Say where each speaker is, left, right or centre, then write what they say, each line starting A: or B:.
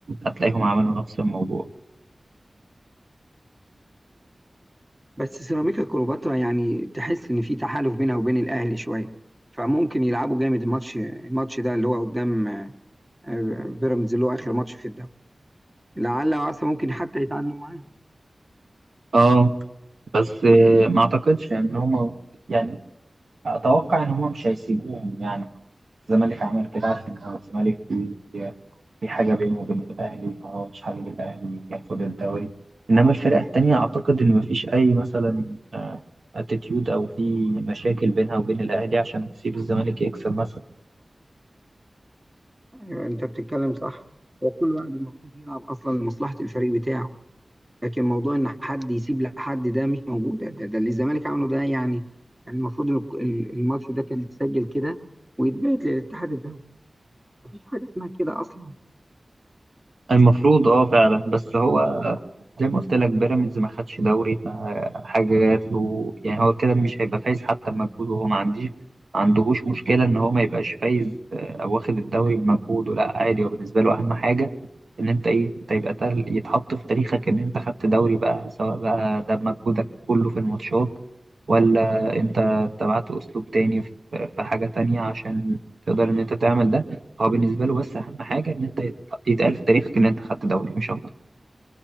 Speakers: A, on the right; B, on the right.
A: هتلاقيهم عملوا نفس الموضوع
B: بس سيراميكا كليوباترا يعني تحس ان في تحالف بينها وبين الاهلي شويه فممكن يلعبوا جامد الماتش الماتش ده اللي هو قدام آه، بيراميدز اللي هو اخر ماتش في الدوري لعل وعسى ممكن حتى يتعادلوا معاهم
A: اه بس آه، ما اعتقدش ان هم يعني اتوقع ان هم مش هيسيبوهم يعني الزمالك عمل كده عشان لو الزمالك في في حاجه بينه وبين الاهلي فهو مش حابب الاهلي ياخد الدوري انما الفرق التانية اعتقد ان مفيش اي مثلا اتيتيود او في مشاكل بينها وبين الاهلي عشان تسيب الزمالك يكسب مثلا
B: أيوة، انت بتتكلم صح هو كل واحد المفروض يلعب اصلا لمصلحه الفريق بتاعه لكن موضوع ان حد يسيب لحد ده مش موجود ده, ده اللي الزمالك عمله ده يعني يعني المفروض ان ال- الماتش ده كان يتسجل كده ويتبعت للاتحاد الدولي مفيش حاجه اسمها كده اصلا
A: المفروض اه فعلا بس هو زي ما قلت لك بيراميدز ما خدش دوري فحاجه جات له يعني هو كده مش هيبقى فايز حتى بمجهوده هو ما عنديش ما عندهوش مشكله ان هو ما يبقاش فايز آه، او واخد الدوري بمجهوده لا عادي هو بالنسبه له اهم حاجه ان انت ايه انت يبقى تل- يتحط في تاريخك ان انت خدت دوري بقى سواء بقى ده بمجهودك كله في الماتشات ولا انت اتبعت اسلوب تاني في في حاجه تانية عشان تقدر ان انت تعمل ده هو بالنسبه له بس اهم حاجه ان انت يتقال في تاريخك ان انت خدت دوري مش اكتر